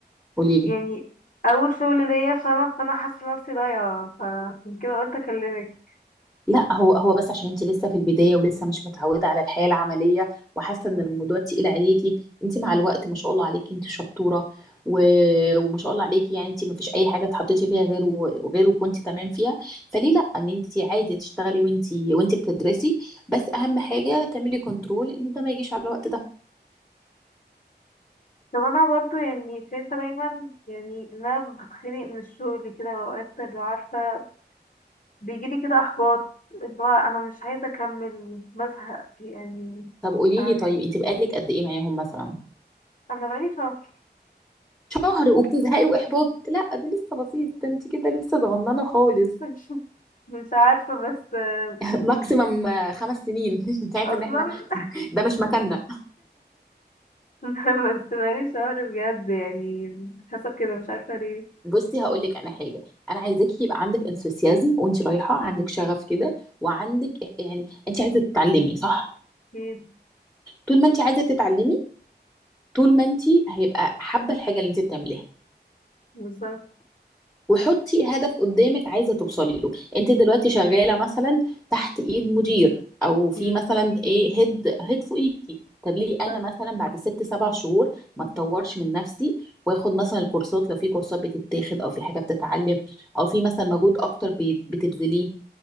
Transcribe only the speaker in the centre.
قولي لي
لا هو هو بس عشان انت لسه في البدايه ولسه مش متعوده على الحياه العمليه وحاسه ان الموضوع تقيل عليكي انت مع الوقت ما شاء الله عليكي انت شطوره و... وما شاء الله عليكي يعني انت ما فيش اي حاجه اتحطيتي فيها غير و... غير وكنت تمام فيها فليه لا ان انت عادي تشتغلي وانت وانت بتدرسي بس اهم حاجه تعملي كنترول ان ده ما يجيش على الوقت ده
طب قولي
لي طيب انت بقالك قد ايه معاهم مثلا
شهر وبتزهقي واحباط لا ده لسه بسيط ده انت كده لسه صغننه خالص
<laughs> ماكسيمم خمس سنين <laughs> انت عايزه
ان احنا ده مش مكاننا
بصي هقول لك انا حاجه انا عايزاكي يبقى عندك انثوسيازم وانت رايحه عندك شغف كده وعندك يعني انت عايزه تتعلمي صح
طول ما انت عايزه تتعلمي طول ما انت هيبقى حابه الحاجه اللي انت بتعمليها
وحطي هدف قدامك عايزه توصلي له انت دلوقتي شغاله مثلا تحت ايد مدير او في
مثلا ايه هيد هيد فوقيكي طب
ليه انا مثلا بعد ست سبع شهور ما اتطورش من نفسي واخد مثلا الكورسات لو في كورسات بتتاخد او في حاجه بتتعلم او في مثلا مجهود اكتر بي- بتبذليه